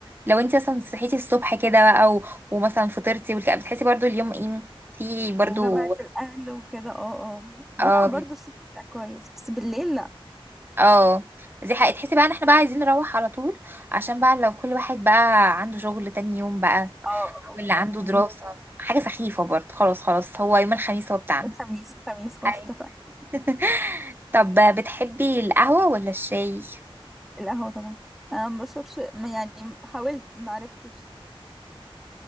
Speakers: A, on the right; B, in the centre.
A: لو انت مثلا صحيتي الصبح كده او ومثلا فطرتي والكلام بتحسي برضو اليوم ايه في برضو
B: وجامعة الأهل وكده اه اه الجمعة
A: اه
B: برضو الصبح بيبقى كويس بس بالليل لأ
A: اه دي حقيقة تحسي بقى ان احنا بقى عايزين نروح على طول عشان بقى لو كل واحد بقى عنده شغل تاني يوم بقى
B: اه اه
A: واللي عنده
B: امم
A: دراسة حاجة سخيفة برضه خلاص خلاص هو يوم الخميس هو بتاعنا
B: الخميس الخميس خلاص
A: أيوة.
B: اتفقنا
A: <laughs> طب بتحبي القهوة ولا الشاي؟
B: القهوة طبعا أنا ما بشربش ما- يعني حاولت ما عرفتش